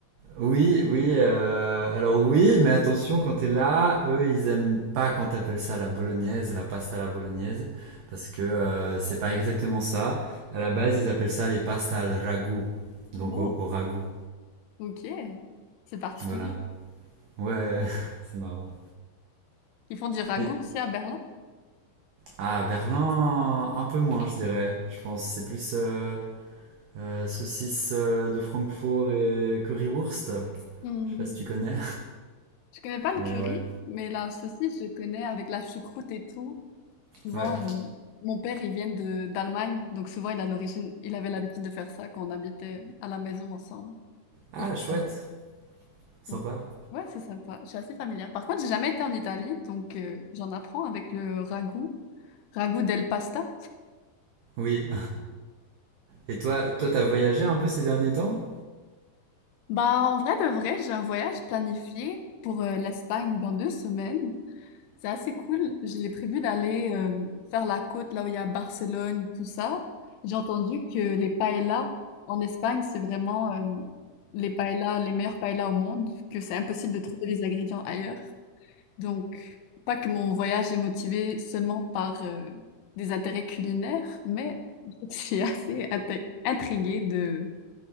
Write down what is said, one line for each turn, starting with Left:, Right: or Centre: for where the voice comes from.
Right: Oui, oui, euh, alors oui, mais attention, quand t'es là, eux, ils aiment pas quand t'appelles ça la bolognaise, la pasta à la bolognaise, parce que euh, c'est pas exactement ça. À la base, ils appellent ça les pastas al ragout, donc
Left: Oh,
Right: au, au ragout,
Left: ok. C'est particulier.
Right: voilà. Ouais, <laughs> c'est marrant.
Left: Ils font du ragoût
Right: Et
Left: ici à Berlin.
Right: à Berlin, un peu moins, je dirais. Je pense c'est plus euh, euh, saucisse euh, de Francfort et currywurst.
Left: Hmm.
Right: Je sais pas si tu connais,
Left: Je connais pas le
Right: <laughs> mais
Left: curry,
Right: ouais,
Left: mais la saucisse, je connais avec la choucroute et tout. Souvent,
Right: ouais.
Left: on- mon père, il vient de d'Allemagne, donc souvent, il a l'origine, il avait l'habitude de faire ça quand on habitait à la maison ensemble.
Right: Ah,
Left: Il fait
Right: chouette,
Left: ça.
Right: sympa.
Left: Donc, ouais, c'est sympa. Je suis assez familière. Par contre, j'ai jamais été en Italie, donc euh, j'en apprends avec le ragoût, ragoût del pasta.
Right: Oui. Et toi, toi, t'as voyagé un peu ces derniers temps?
Left: Bah, en vrai de vrai, j'ai un voyage planifié pour euh, l'Espagne dans deux semaines. C'est assez cool. J'ai prévu d'aller euh, faire la côte là où il y a Barcelone, tout ça. J'ai entendu que les paellas en Espagne, c'est vraiment euh, les paellas, les meilleures paellas au monde, que c'est impossible de trouver les ingrédients ailleurs. Donc, pas que mon voyage est motivé seulement par euh, des intérêts culinaires, mais je suis <laughs> assez inté- intriguée de